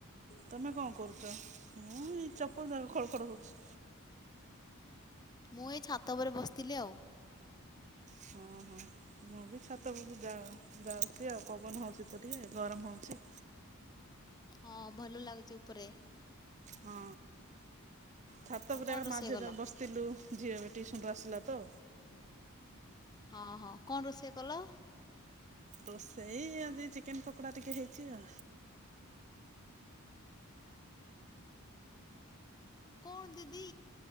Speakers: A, on the right; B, on the left.
A: ତମେ କଁ କରୁଚ? ମୁଁ ଏଇ ଚପ ଯାକ ଖଡ ଖଡ ହଉଚି।
B: ମୁଁ ଏଇ ଛାତ ଓପରେ ବସତିଲି ଆଉ।
A: ହଁ ହଁ। ମୁଁ ବି ଛାତ ଓପରକୁ ଯା ଯାଉଚି ଆଉ ପବନ ହେଉଚି ତ ଟିକେ ଗରମ ହଉଚି।
B: ହଁ ଭଲ ଲାଗୁଚି ଉପରେ।
A: ହଁ ଛାତ
B: ଆଉ
A: ଓପରେ
B: କଣ
A: ଆକା
B: ରୋଷେଇ
A: ମା ଝିଅ
B: କଲ?
A: ଯାକ ବସ୍ ତିଲୁ ଝିଅ ଏବେ ଟିସନରୁ ଆସିଲା ତ।
B: ହଁ ହଁ କଣ ରୋଷେଇ କଲ?
A: ରୋଷେଇ ଆଜି ଚିକେନ ପକୋଡା ଟିକେ ହେଇଚି ଆ।
B: କଣ ଦିଦି